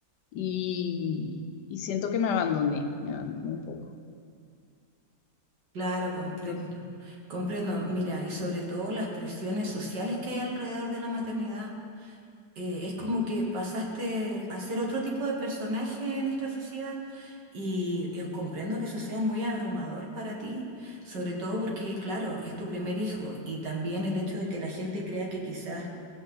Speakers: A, on the left (about 80°); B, on the right (about 90°).
A: y, y siento que me abandoné, me abandoné un poco.
B: Claro, comprendo,
A: Entonces,
B: comprendo. Mira, y sobre todo las presiones sociales que hay alrededor de la maternidad. Eh, es como que pasaste a ser otro tipo de personaje en esta sociedad y, eh, comprendo que eso sea muy abrumador para ti, sobre todo porque, claro, es tu primer hijo y también el hecho de que la gente crea que quizás